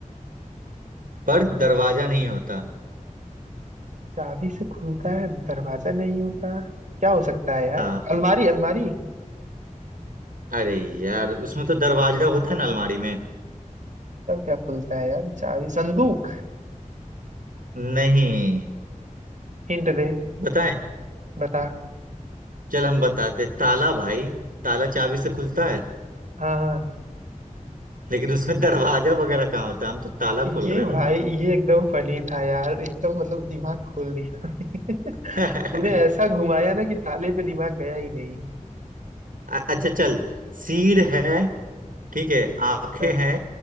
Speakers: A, on the right; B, on the right.
A: पर दरवाजा नहीं होता
B: चाबी से खुलता है दरवाजा नहीं होता क्या हो सकता है यार
A: हाँ
B: अलमारी अलमारी
A: अरे यार उसमें तो दरवाजा होता है ना अलमारी में
B: तब क्या खुलता है यार चाबी संदूक
A: नहीं
B: हिंट दे
A: बताएं
B: बता
A: चल हम बताते ताला भाई ताला चाबी से खुलता है
B: हाँ हाँ
A: लेकिन उसमें <laughs> दरवाजा वगैरह कहाँ होता है हम तो ताला खोल
B: ये
A: रहे हैं ना
B: भाई ये एकदम फनी था यार एकदम मतलब दिमाग खोल दिया <laughs>
A: <laughs>
B: तूने ऐसा घुमाया ना कि ताले पे दिमाग गया ही नहीं
A: अ- अच्छा चल सिर है ठीक है आंखें
B: हाँ
A: हैं